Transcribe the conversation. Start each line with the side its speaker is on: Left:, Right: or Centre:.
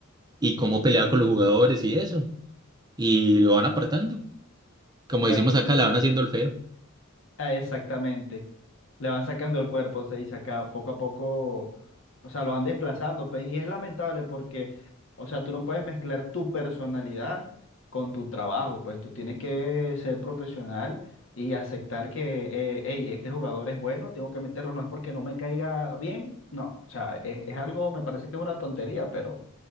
Right: y cómo pelea con los jugadores y eso, y lo van apartando. Como
Left: bueno,
Right: decimos
Left: no
Right: acá,
Left: sé.
Right: la van haciendo el feo.
Left: Ah, exactamente. Le van sacando el cuerpo, se dice acá, poco a poco, o sea, lo van desplazando, pues, y es lamentable porque, o sea, tú no puedes mezclar tu personalidad con tu trabajo, pues tú tienes que ser profesional y aceptar que, hey, este jugador es bueno, tengo que meterlo, no es porque no me caiga bien, no, o sea, es, es algo, me parece que es una tontería, pero